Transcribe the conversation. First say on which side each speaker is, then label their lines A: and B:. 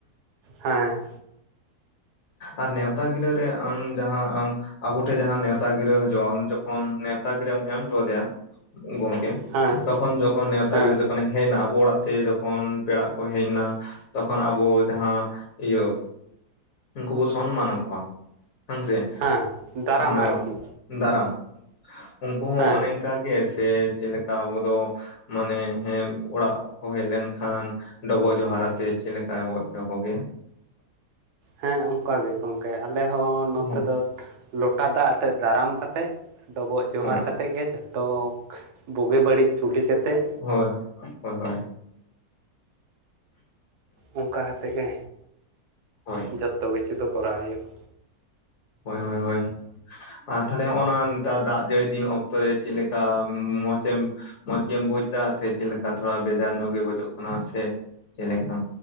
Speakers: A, on the right; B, on the left.
A: ᱦᱮᱸ
B: ᱟᱨ ᱱᱮᱣᱛᱟ ᱜᱤᱨᱟᱹ ᱨᱮ ᱟᱢ ᱡᱟᱦᱟᱸ ᱟᱢ ᱟᱵᱚ ᱴᱷᱮᱱ ᱡᱟᱦᱟᱸ ᱱᱮᱣᱛᱟ ᱜᱤᱨᱟᱹ ᱦᱤᱡᱩᱜᱼᱟ ᱡᱚᱠᱷᱚᱱ ᱱᱮᱣᱛᱟ ᱜᱤᱨᱟᱹᱢ ᱮᱢ ᱦᱚᱴᱚ ᱟᱫᱮᱭᱟ ᱜᱚᱝᱠᱮ
A: ᱦᱮᱸ
B: ᱛᱚᱠᱷᱚᱱ ᱡᱚᱠᱷᱚᱱ ᱱᱮᱶᱛᱟ
A: ᱦᱮᱸ
B: ᱜᱤᱨᱟᱹ ᱚᱱᱮ ᱦᱮᱡ ᱮᱱᱟ ᱟᱵᱚ ᱚᱲᱟᱜ ᱛᱮ ᱡᱚᱠᱷᱚᱱ ᱯᱮᱲᱟᱟᱜ ᱠᱚ ᱦᱮᱡ ᱮᱱᱟ ᱛᱚᱠᱷᱚᱱ ᱟᱵᱚ ᱡᱟᱦᱟᱸ ᱤᱭᱟᱹ ᱩᱱᱠᱩ ᱵᱚ ᱥᱚᱱᱢᱟᱱ ᱟᱠᱚᱣᱟ ᱦᱮᱸ ᱥᱮ
A: ᱦᱮᱸ ᱫᱟᱨᱟᱢ
B: ᱢᱟᱱᱮ
A: ᱟᱨᱠᱤ
B: ᱫᱟᱨᱟᱢ ᱩᱱᱠᱩ ᱦᱚᱸ
A: ᱦᱮᱸ
B: ᱚᱱᱮ ᱚᱱᱠᱟᱜᱮ ᱥᱮ ᱪᱮᱫᱮᱠᱟ ᱟᱵᱚ ᱫᱚ ᱢᱟᱱᱮ ᱦᱮᱸ ᱚᱲᱟᱜ ᱠᱚ ᱦᱮᱡ ᱞᱮᱱᱠᱷᱟᱱ ᱰᱚᱵᱚᱜ ᱡᱚᱦᱟᱨ ᱟᱛᱮ ᱪᱮᱫ ᱞᱮᱠᱟ ᱵᱚ ᱮᱵᱚᱜ-ᱮᱦᱚᱵᱮᱭᱟ
A: ᱦᱮᱸ ᱚᱱᱠᱟ ᱜᱮ ᱜᱚᱢᱠᱮ ᱟᱞᱮ ᱦᱚᱸ ᱱᱚᱛᱮ
B: ᱦᱳᱭ
A: ᱫᱚ ᱞᱚᱴᱟ ᱫᱟᱜ ᱟᱛᱮᱫ ᱫᱟᱨᱟᱢ ᱠᱟᱛᱮᱫ ᱰᱚᱵᱚᱜ ᱡᱚᱦᱟᱨ
B: ᱦᱳᱭ
A: ᱠᱟᱛᱮᱫ ᱜᱮ ᱡᱚᱛᱚ ᱵᱩᱜᱤ ᱵᱟᱹᱲᱤᱡ ᱪᱩᱞᱤ ᱠᱟᱛᱮᱫ
B: ᱦᱳᱭ ᱦᱳᱭ ᱦᱳᱭ
A: ᱚᱱᱠᱟ ᱠᱟᱛᱮᱫ ᱜᱮ
B: ᱦᱳᱭ
A: ᱡᱚᱛᱚ ᱠᱤᱪᱷᱩ ᱫᱚ ᱠᱚᱨᱟᱣ ᱦᱩᱭᱩᱜᱼᱟ
B: ᱦᱳᱭ ᱦᱳᱭ ᱦᱳᱭ ᱟᱨ ᱛᱟᱦᱚᱞᱮ ᱦᱚᱜ ᱱᱟ ᱱᱮᱛᱟᱨ ᱫᱟᱜ ᱡᱟᱹᱲᱤ ᱫᱤᱱ ᱚᱠᱛᱚᱨᱮ ᱪᱮᱫᱞᱮᱠᱟ ᱢᱚᱸᱪ ᱮᱢ ᱢᱚᱸᱡ ᱜᱮᱢ ᱵᱩᱡ ᱮᱫᱟ ᱥᱮ ᱪᱮᱫ ᱞᱮᱠᱟ ᱛᱷᱚᱲᱟ ᱵᱷᱮᱫᱟᱨ ᱧᱚᱜ ᱜᱮ ᱵᱩᱡᱚᱜ ᱠᱟᱱᱟ ᱥᱮ ᱪᱮᱞᱮᱠᱟ